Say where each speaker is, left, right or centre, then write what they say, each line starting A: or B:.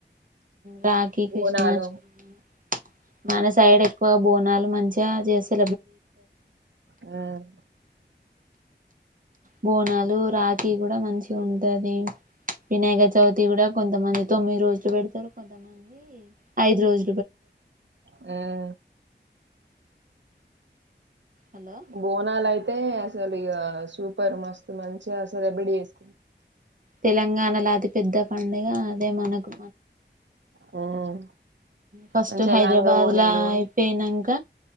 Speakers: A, on the right; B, on the right.
A: రాఖీ
B: బోనాలు
A: కృష్ణాస్టమి మనస్సు సైడ్ ఎక్కువ బోనాలు మంచిగా చే సెలబ్రేట్ ఇస్తారు
B: హ్మ్
A: బోనాలు రాఖీ కూడా మంచి ఉంటది, వినాయక చవితి కూడా కొంతమంది తొమ్మిది రోజులు పెడతారు, కొంతమంది ఐదు రోజులు పెడతారు.
B: మ్
A: హలో
B: బోనాలయితే తె అసలు ఇగ సూపర్ మస్త్ మంచి సెలబ్రేట్ చేసుకుంటాం
A: తెలంగాణలో అది పెద్ద పండుగ అదే మనకు
B: హ్మ్
A: ఫస్ట్
B: మంచిగా
A: హైదరాబాద్
B: లంగా ఓణీలు
A: లా అయిపోయినాక